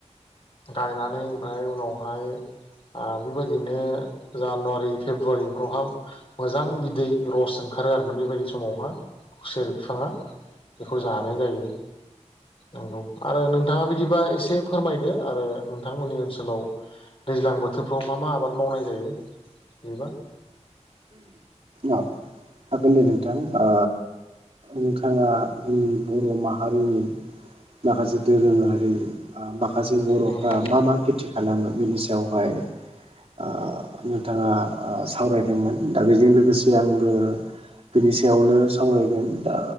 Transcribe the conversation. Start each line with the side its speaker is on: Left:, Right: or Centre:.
Left: गायनानै ओमफ्राय उनावहाय। ओ बेबायदिनो जानुवारि फेब्रुवारिफ्रावहा मोजां बिदै रस ओंखार। आरो आरो ना बेबायदि समावहा खुसेर बिफाङा बेखौ जानाय जायो। नंगौ आरो नोंथाङा बिदिबा एसे फोरमाय। यो आरो नोंथांमोननि ओनसोलाव दैज्लां बोथोरफ्राव मा मा आबाद मावनाय जायो। बिबा।
Right: औ हागोन दे नोंथां ओ। नोंथाङा जोंनि बर' माहारिनि माखासे। दोरोङारि बा माखासे बर'फ्रा
Left: नंगौ
Right: मा मा खेथि। खालामो बिनि सायावहाय ओ नोंथाङा ओ सावराय। मोन दा बेजों लोगोसे आंबो बिनि सायावनो सावराय। दा